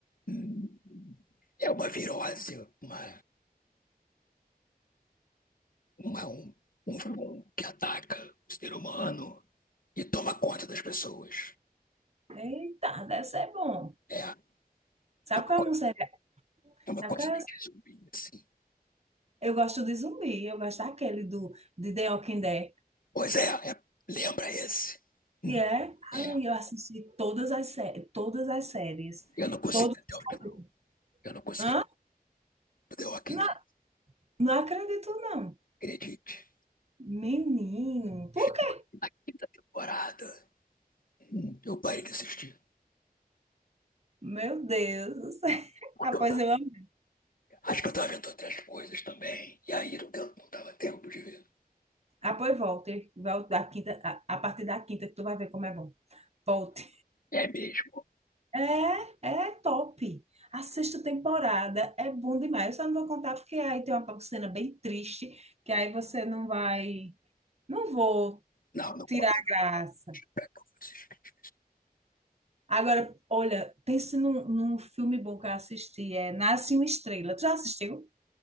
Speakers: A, on the left; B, on the right.
A: hum, é uma virose, uma, uma, um, um, um que ataca o ser humano e toma conta das pessoas.
B: eita, deve ser bom.
A: É, é
B: Sabe
A: uma,
B: qual
A: co-
B: é um série?
A: é uma
B: Sabe
A: coisa
B: qual é?
A: meio
B: um
A: que zumbi, assim.
B: Eu gosto de zumbi, eu gosto daquele do de The Walking Dead.
A: Pois é, é, lembra esse. Hum,
B: E é,
A: é,
B: ah, eu assisti todas as, sé- todas as séries,
A: eu não consegui
B: todos
A: até
B: os
A: o
B: capítulos.
A: final. Eu não consegui
B: Hã?
A: até o Walking
B: Não,
A: Dead.
B: não acredito, não.
A: Acredite.
B: Menino, por
A: Chegou
B: quê?
A: na quinta temporada. hum, eu parei de assistir.
B: Meu Deus do céu. <laughs>
A: Porque
B: Após
A: eu tava,
B: eu amo.
A: acho que eu tava vendo outras coisas também. E aí não, deu, não dava tempo de ver.
B: Após volte. Volte da quinta, a, a partir da quinta que tu vai ver como é bom. Volte.
A: É mesmo.
B: É, é top. A sexta temporada é bom demais. Eu só não vou contar porque aí tem uma cena bem triste, que aí você não vai. Não vou
A: Não, não
B: tirar
A: conta
B: a
A: não
B: graça.
A: é que eu assisti.
B: Agora, olha, pense num, num filme bom que eu assisti, é Nasce uma Estrela. Tu já assistiu?